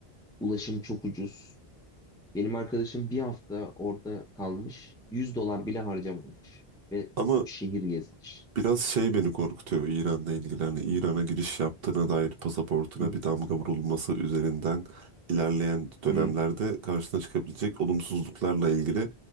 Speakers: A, in the centre; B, on the right (about 70°).
A: Ulaşım çok ucuz. Benim arkadaşım bir hafta orada kalmış. yüz dolar bile harcamamış ve
B: Ama
A: 3 şehir gezmiş.
B: Biraz şey beni korkutuyor İran'la ilgili. Hani İran'a giriş yaptığına dair pasaportuna
A: Hı
B: bir damga vurulması üzerinden ilerleyen dönemlerde
A: hı.
B: karşına çıkabilecek olumsuzluklarla ilgili